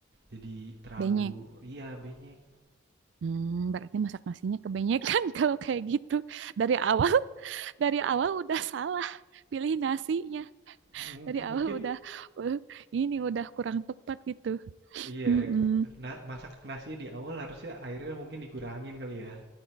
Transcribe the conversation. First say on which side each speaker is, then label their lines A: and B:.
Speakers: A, on the right; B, on the right.
A: Jadi terlalu
B: Benyek.
A: iya banyak
B: Hmm, berarti masak nasinya kebenyekan <laughs> kalau kayak gitu. Dari awal, <laughs> dari awal udah salah pilih nasinya.
A: M-
B: Dari awal
A: mungkin
B: udah, eh, ini udah kurang tepat gitu.
A: iya
B: Mm-mm.
A: na masak nasinya di awal harusnya airnya mungkin dikurangin kali ya.